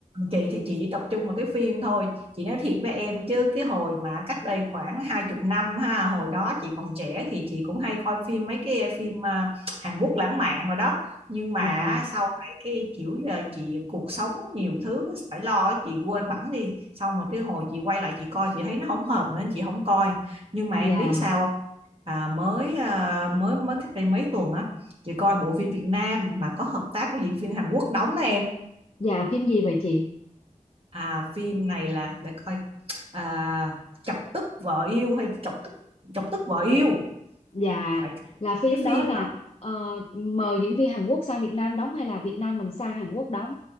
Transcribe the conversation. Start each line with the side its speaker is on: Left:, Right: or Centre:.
Right: chị thì chị chỉ tập trung vào cái phim thôi. Chị nói thiệt với em chứ cái hồi mà cách đây khoảng hai chục năm ha, hồi đó chị còn trẻ thì chị cũng hay coi phim mấy cái phim à, Hàn Quốc lãng mạn rồi đó. Nhưng mà
Left: dạ
Right: sau này cái kiểu là chị cuộc sống nhiều thứ phải lo ấy, chị quên bẵng đi. Xong mà cái hồi chị quay lại chị coi chị thấy nó không hợp nữa chị không coi. Nhưng mà
Left: dạ
Right: em biết sao à, mới à, mới mới cách đây mấy tuần á chị coi bộ phim Việt Nam mà có hợp tác với diễn viên Hàn Quốc đóng đó em
Left: dạ phim gì vậy chị
Right: à phim này là để coi à, chọc tức vợ yêu hay chọc tức chọc tức vợ yêu
Left: dạ
Right: phải
Left: là phim
Right: cái
Left: đó
Right: phim
Left: là
Right: đó
Left: ờ, mời diễn viên Hàn Quốc sang Việt Nam đóng hay là Việt Nam mình sang Hàn Quốc đóng